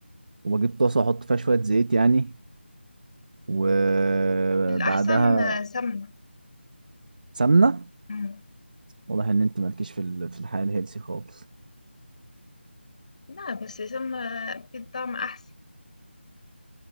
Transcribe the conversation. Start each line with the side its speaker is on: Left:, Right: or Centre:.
Right: وبجيب طاسه احط فيها شويه زيت يعني وبعدها
Left: الأحسن آه، سمنة
Right: سمنه
Left: مم.
Right: واضح ان انت مالكيش في ال- في الحياه الهيلسي خالص
Left: لا بس سمنة بتدي طعم أحسن